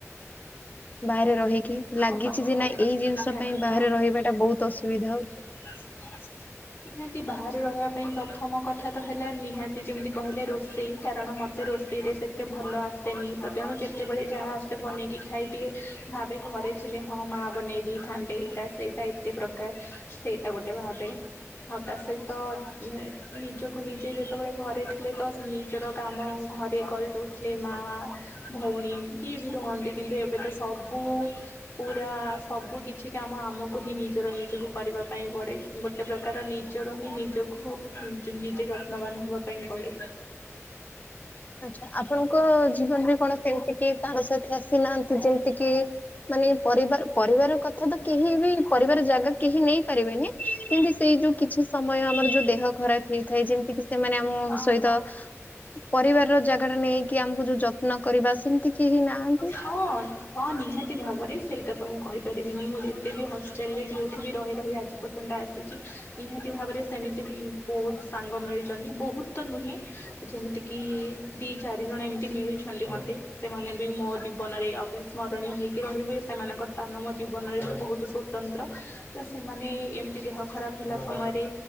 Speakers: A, on the left (about 30°); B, on the left (about 50°).
A: ବାହାରେ ରହିକି ଲାଗିଛି
B: ହଁ ବାହାରେ
A: ଯେ, ନାଇ ଏଇ ଜିନିଷ
B: ନିହାତି
A: ପାଇଁ ବାହାରେ ରହିବା ଟା ବହୁତ ଅସୁବିଧା ହଉଛି।
B: ବ <unintelligible> ନିହାତି ବାହାରେ ରହିବା ପାଇଁ, ପ୍ରଥମ କଥା ତ ହେଲା ନିହାତି ଯେମିତି କହିଲେ ରୋଷେଇ କାରଣ ମତେ ରୋଷଇରେ ସେତେ ଭଲ ଆସେନି, ତ ତେଣୁ ଯେତେବେଳେ ଯାହା ଆସେ ବନେଇକି ଖାଇଦିଏ। ଭାବେ ଘରେ ଥିଲେ ହଁ ମା ବନେଇ ଦେଇେଥାନ୍ତେ, ଏଇଟା ସେଇଟା ଏତେ ପ୍ରକାର ସେଇ ତା ଗୋଟେ ଭାବେ ଆଉ ତା ସହିତ ନିଜକୁ ନିଜେ ଯେତେବେଳେ ଘରେ ତ ନିଜର କାମ ଘରେ କରିଦଉଥିଲେ, ମା ଭଉଣୀ କିଏ ବି ରୁହନ୍ତି କିନ୍ତୁ ଏବେ ତ ସବୁ ପୁରା ସବୁ କିଛି କାମ, ଆମକୁ ହିଁ ନିଜର ନିଜକୁ କରିବା ପାଇଁ ପଡେ ଗୋଟେ ପ୍ରକାର ନିଜର ହିଁ ନିଜକୁ ନି ନିଜେ ଯତ୍ନବାନ ହବା ପାଇଁ ପଡେ।
A: <inaudible> ଆଛା ଆପଣଙ୍କ ଜୀବନରେ କଣ ସେମିତି କେହି ସାଙ୍ଗସାଥୀ ଆସିନାହାନ୍ତି? ଯେମିତି କିି ମାନେ ପରିବାର ପରିବାର କଥା ତ କେହି ବି ପରିବାର ଜାଗା କେହି ନେଇପାରିବେନି। କିନ୍ତୁ ସେଇ ଯୋଉ କିଛି ସମୟ ଆମର ଯୋଉ ଦେହ ଖରାପ ହେଇଥାଏ, ଯେମିତି କି ସେମାନେ ଆମ
B: ହଁ
A: ସହିତ
B: ହଁ।
A: ପରିବାରର ଜାଗା ଟା ନେଇକି ଆମକୁ ଯୋଉ ଯତ୍ନ କରିବା ସେମିତି କେହି ନାହାନ୍ତି
B: ହଁ ହଁ ନିହାତି ଭାବରେ ସେଇଟା ମୁଁ କହିପାରିବିନି ମୁଁ ଯେତେ ବି ହଷ୍ଟେଲରେ, ଯୋଉଠି ବି ରହି ରହି ଆଜି ପର୍ଯ୍ୟନ୍ତ ଆସିଛି ନିହାତି ଭାବରେ ସେମିତି ବି ବହୁତ ସାଙ୍ଗ ମିଳିଛନ୍ତି, ବହୁତ ତ ନୁହେଁ ଯେମିତି କିି ଦି ଚାରି ଜଣ ଏମତି ମିଳିଛନ୍ତି ମତେ। ସେମାନେ ବି ମୋ ଜୀବନରେ ଅବିସ୍ମରଣୀୟ ହେଇକି ରହିବେ ସେମାନଙ୍କ ସ୍ଥାନ ମୋ ଜୀବନରେ ବହୁତ ସ୍ଵତନ୍ତ୍ର, ତ ସେମାନେ ଏମିତି ଦେହ ଖରାପ ହେଲା ସମୟରେ